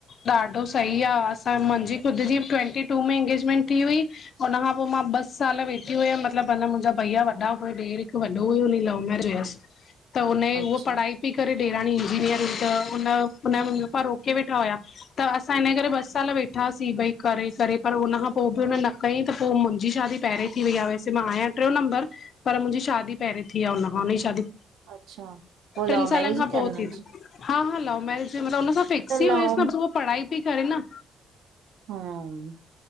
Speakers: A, on the left; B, on the right.
A: ॾाढो सही आह। असां मुंहिंजी ख़ुदि जी ट्वेंटी टू में इंगेजमेंट थी हुई। हुन खां पो मां मां बस साल वेठी हुयम। मतलब मुंहिंजा भईया वॾा हुया। हिक ॾेर वॾो हुयो हुन जी लव मैरज हुयस। त हुनजी
B: अच्छा।
A: हुअ पढ़ाई पई करे। ॾेराणी इंजीनियर हुई। त हुनन हुनन जा मम्मी पप्पा रोके वेठा हुया। त असां हिन करे ॿ साल वेठासीं। भई करे -करे पर हुनखा पोइ बि हुन न कईं त पोइ मुंहिंजो मुंहिंजी शादी पहिरियोें थी वई आहे। वैसे मां आहियां टियो नंबर पर मुंहिंजी शादी पहिरें थी आ हुनन खां। हुनजी शादी
B: अच्छा पोइ
A: ट्रिन
B: लव
A: सालनि
B: मैरिज
A: खां
B: ई थियनि
A: पोइ
B: हुननि
A: थी।
B: जी
A: हा हा लव मैरिज मतलब हुन सां फिक्स
B: त
A: ई
B: लव
A: हुयस। हो पढ़ाई ती करे न।
B: हम्म